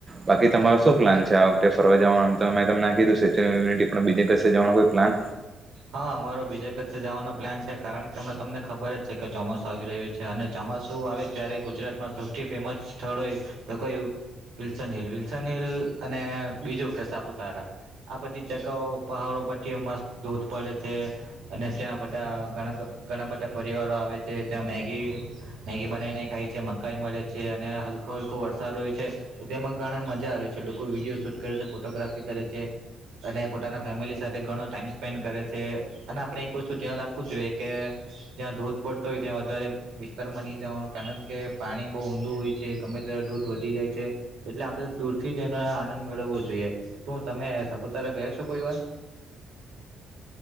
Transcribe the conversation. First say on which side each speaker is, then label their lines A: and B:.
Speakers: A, on the right (about 25°); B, on the right (about 75°).
A: બાકી તમારો શું પ્લાન છે આ વખતે ફરવા જવાનું એમ તમને કીધું સેચું યુનટી બીજે કસે જવાનો કોઈ પ્લાન?
B: હા અમારો બીજા કસે જવાનો પ્લાન છે કારણ કે હમના તમને ખબર જ છે કે ચોમાસું આવી રહ્યું છે અને ચોમાસું આવે ત્યારે ગુજરાતમાં સૌથી ફેમસ સ્થળ હોય તો કયું વિલ્સન હિલ વિલ્સન હિલ અને બીજું કે સાપુતારા આ બધી જગાઓ પહાડો પી મસ્ત ધૂધ પડે છે અને ત્યાં બધા ઘણા ઘણા બધા પરિવારો આવે છે ત્યાં મેગી મેગી બનાવીને ખાય છે મકાઈ મળે છે અને હલકો હલકો વરસાદ હોય છે તેમાં ઘણા મજા આવે છે લોકો વિડીયો શૂટ કરે છે ફોટોગ્રાફી કરે છે અને પોતાના ફેમિલી સાથે ઘણો ટાઈમ સ્પેન્ડ કરે છે અને આપણે એક વસ્તુ ધ્યાન રાખવું જ જોઈએ કે જ્યાં ધોધ પડતો હોય ત્યાં વધારે વિસ્તારમાં નહી જવાનું કારણ કે પાણી બહુ ઊડું હોય છે ગમે ત દૂધ વધી જાય છે એટલે આપડે દૂરથી જનો આનંદ મેળવવો જોઈએ તો તમે સાપુતારા ગયા છો કોઈ વાર